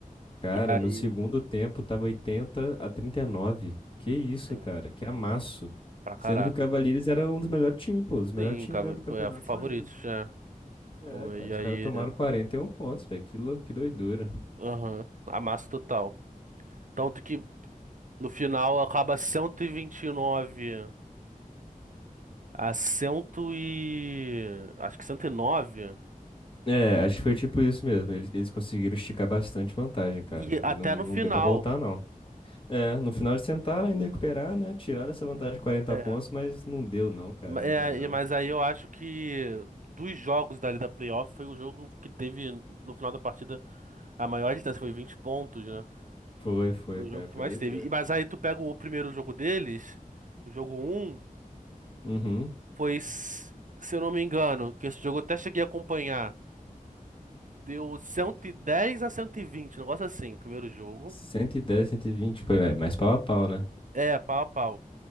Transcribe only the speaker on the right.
E aí,
sim,
sim. Pra caraca.
Sim,
cara,
é favoritos,
já.
E
aí,
aham. Amasso total. Tanto que no final acaba cento e e vinte e nove a 100 e... Acho que cento E nove
e
até
no final.
é.
Ma-
é,
e- mas aí eu acho que dos jogos dali da playoff foi o jogo que teve no final da partida a maior distância, foi 20 pontos, né?
Foi o
jogo
que mais
teve. E, mas aí tu pega o primeiro jogo deles, o jogo um
foi, s- se eu não me engano, que esse jogo eu até cheguei a acompanhar, deu 110 a 120, um negócio assim, primeiro jogo.
É, pau a pau.